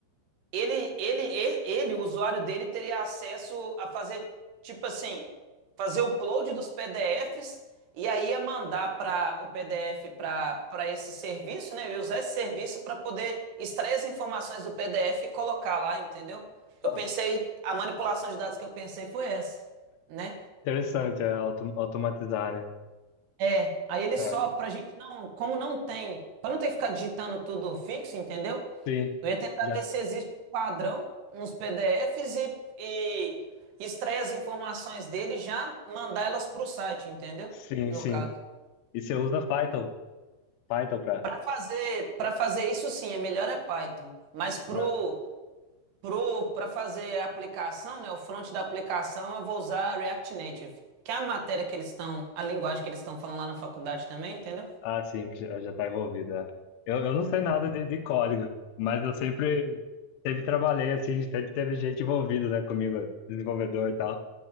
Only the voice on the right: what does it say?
Ele, ele, ele, ele, o usuário dele teria acesso a fazer, tipo assim, fazer o upload dos PDFs e aí ia mandar para o PDF para para esse serviço, né? E usar esse serviço para poder extrair as informações do PDF e colocar lá, entendeu? Eu
pensei, a manipulação de dados que eu pensei foi essa, né?
É, aí ele
só, pra gente não, como não tem, pra não ter que ficar digitando tudo fixo, entendeu?
Eu ia tentar
ver se existe um padrão nos PDFs e, e extrair as informações dele e já mandar elas pro site, entendeu?
No
caso.
Pra fazer, para fazer isso sim, é melhor é Python, mas pro
pro para fazer a aplicação, né, o front da aplicação, eu vou usar React Native, que é a matéria que eles estão, a linguagem que eles estão falando lá na faculdade também, entendeu?